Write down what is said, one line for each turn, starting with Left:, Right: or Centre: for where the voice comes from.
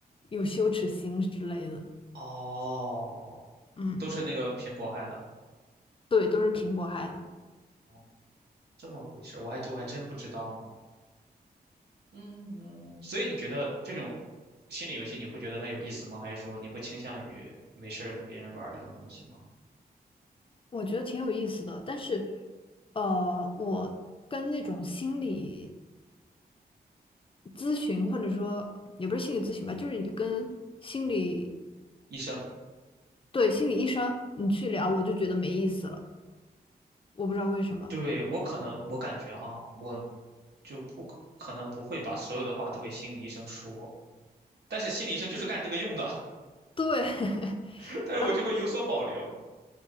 Left: 有羞耻心之类的。
Right: 哦，
Left: 嗯，
Right: 都是那个苹果害的，
Left: 对，都是苹果害的。
Right: 哦，这么回事我还我还真不知道呢，嗯，所以你觉得这种心理游戏你会觉得它有意思吗？还是说你会倾向于没事儿跟别人玩儿这种东西吗？
Left: 我觉得挺有意思的，但是，呃，我跟那种心理咨询，或者说也不是心理咨询吧，就是你跟心理，
Right: 医生，
Left: 对，心理医生你去聊，我就觉得没意思了，我不知道为什么。
Right: 对，我可能我感觉哈，我就不可能不会把所有的话都给心理医生说，但是心理医生就是干这个用的，
Left: 对，<laughs>
Right: <laughs> 但是我就会有所保留。
Left: 然后